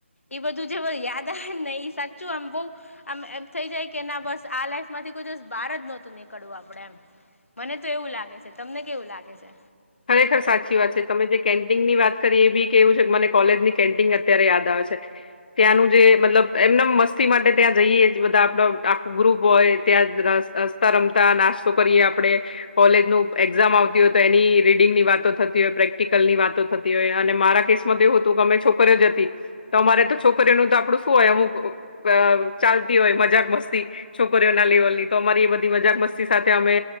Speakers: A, on the left; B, on the left.
A: એ બધું જે યાદ આવે નહિ સાચું આમ બહું આમ એમ થઈ જાય કે ના બસ આ લાઈફ માંથી કોઈ દિવસ બાર જ નહોતું નીકળવું આપડે એમ. મને તો એવું લાગે છે તમને કેવું લાગે છે?
B: ખરેખર સાચી વાત છે તમે જે કેન્ટિન ની વાત કરી એ બી કે એવું છે કે મને કોલેજની કેન્ટિન અત્યારે યાદ આવે છે. ત્યાંનું જે મતલબ એમનેમ મસ્તી માટે ત્યાં જઈએ બધા આપડ આખો ગ્રુપ હોય ત્યાજ રસ રસ્તા રમતા નાસ્તો કરીએ આપડે કોલેજ નું એક્ઝામ આવતી હોય તો એની રીડ ડિંગ ની વાતો થતી હોય પ્રેક્ટિકલ ની વાતો થતી હોય અને મારા કેસ માં તો એવું હતું કે અમે છોકરીઓ જ હતી. તો અમારે તો છોકરીઓનું તો આપડું શું હોય અમુક અ ચાલતી હોય મજાક મસ્તી છોકરીઓના લેવલની તો અમારી એ બધી મજાક મસ્તી સાથે અમે